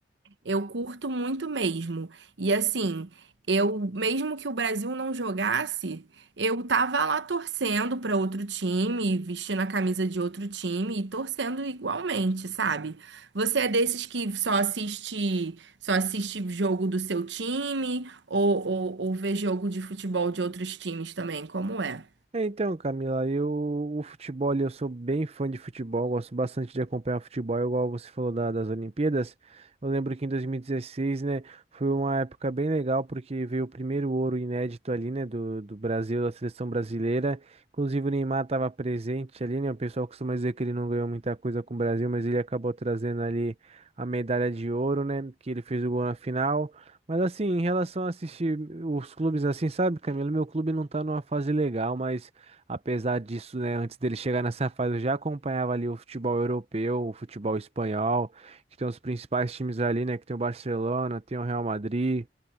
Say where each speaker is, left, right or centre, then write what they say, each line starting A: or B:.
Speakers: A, on the right; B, on the right.
A: eu curto muito mesmo. E assim, eu mesmo que o Brasil não jogasse, eu tava lá torcendo para outro time, vestindo a camisa de outro time e torcendo igualmente, sabe? Você é desses que só assiste, só assiste jogo do seu time ou, ou, ou vê jogo de futebol de outros times também? Como é?
B: É, então, Camila, eu, o futebol, ali, eu sou bem fã de futebol, gosto bastante de acompanhar futebol, igual você falou da- das Olimpíadas. Eu lembro que em 2016, né, foi uma época bem legal, porque veio o primeiro ouro inédito ali, né, do, do Brasil, da seleção brasileira. Inclusive o Neymar estava presente ali, né, o pessoal costuma dizer que ele não ganhou muita coisa com o Brasil, mas ele acabou trazendo ali a medalha de ouro, né, que ele fez o gol na final. Mas assim, em relação a assistir os clubes assim, sabe, Camilo, meu clube não tá numa fase legal, mas apesar disso, né, antes dele chegar nessa fase, eu já acompanhava ali o futebol europeu, o futebol espanhol, que tem os principais times ali, né, que tem o Barcelona, tem o Real Madrid,